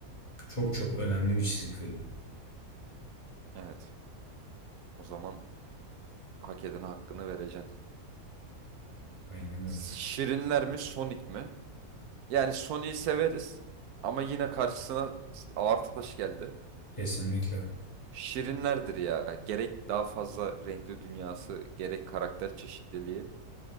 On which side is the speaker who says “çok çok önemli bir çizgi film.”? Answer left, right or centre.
Left